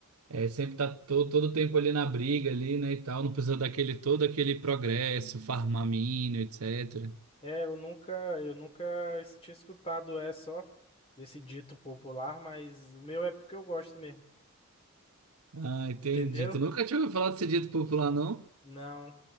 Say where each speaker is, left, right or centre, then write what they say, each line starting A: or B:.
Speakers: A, on the right; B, on the left.
A: é, sempre tá to, todo tempo ali na briga ali, né, e tal, não precisa daquele todo aquele progresso, farmar mina, etc.
B: É, eu nunca, eu nunca es- tinha escutado essa, ó, desse dito popular, mas o meu é porque eu gosto mesmo.
A: Ah, entendi.
B: Entendeu?
A: Tu nunca tinha ouvido falar desse dito popular, não?
B: Não.